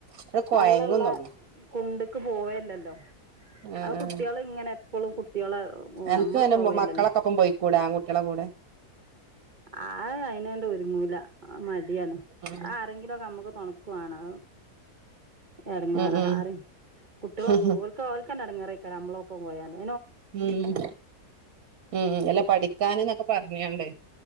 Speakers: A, on the right; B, on the right.
A: അത് കൊയങ്ങുന്നുള്ളു
B: വെള്ളള്ള കൊണ്ടക്ക് പോവല്ലല്ലോ
A: ആ
B: അത്
A: ആ
B: കുട്ടികൾ ഇങ്ങനെ എപ്പളും കുട്ട്യാളെ
A: എനക്ക്
B: നമ്മള്
A: പിന്നെ
B: പോവേല്ലല്ലോ
A: മക്കളൊക്കെൊപ്പം പോയിക്കൂടെ ആ കുുട്ടികളെ കൂടെ
B: ആ അയിനന്റെ ഒരുങ്ങൂല മടിയാണ്
A: ഉം
B: ആരെങ്കിലുംൊക്കെ നമ്മുക്ക് തുണുക്കുവണോ എടങ്ങാററി
A: ഉം ഉം
B: കുട്ടികളൊക്കെഓക്ക
A: ഉം
B: ഓൽക്കന്നെ ഇടങ്ങറക്ക നമ്മള ഒപ്പം പോയല്ല
A: ഉം ഉം അല്ല പഠിക്കൻന്നൊക്കെ പറഞ്ഞാണ്ട്